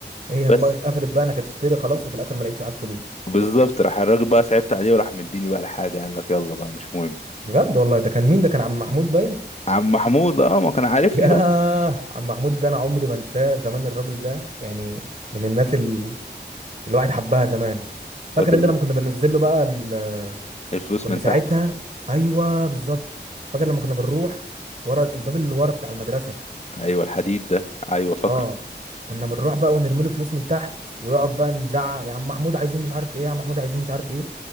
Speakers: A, on the right (about 45°); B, on the left (about 40°).
A: هي
B: بس
A: دماغك قفلت بقى انك هتشتري خلاص وفي الاخر ما لقيتش معاك فلوس
B: بالظبط راح الراجل بقى صعبت عليه وراح مديني بقى الحاجه قال لك يلا بقى مش مهم
A: بجد والله ده كان مين ده كان عم محمود باين
B: عم محمود اه ما كان
A: <laughs>
B: عارفني
A: يا
B: بقى
A: عم محمود ده انا عمري ما انساه زمان الراجل ده يعني من الناس ال... الواحد حبها زمان
B: فاكر
A: فاكر ان
B: ز-
A: لما كنا بننزل له بقى ال...
B: الفلوس
A: كنا
B: من تحت
A: ساعتها ايوه بالظبط فاكر لما كنا بنروح ورا الباب اللي ورا بتاع المدرسه
B: ايوه الحديد ده ايوه فاكره
A: اه كنا بنروح بقى ونرمي له فلوس من تحت ويقعد بقى نزعق يا عم محمود عايزين مش عارف ايه يا عم محمود عايزين مش عارف ايه